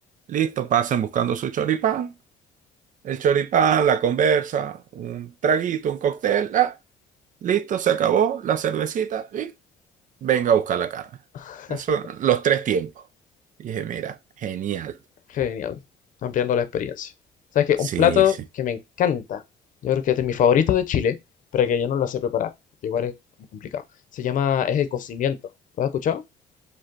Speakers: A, on the right (about 50°); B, on the left (about 50°).
A: listo, pasen buscando su choripán. El choripán, la conversa, un traguito, un cóctel, ah, listo, se acabó la cervecita. y venga a buscar la carne.
B: <laughs>
A: Eso, los tres tiempos. Y dije, mira, genial.
B: Genial, ampliando la experiencia. ¿Sabes qué?
A: Sí,
B: Un plato
A: sí.
B: que me encanta, yo creo que este es mi favorito de Chile, pero que yo no lo sé preparar, que igual es como complicado. Se llama, es el cocimiento. ¿Lo has escuchado?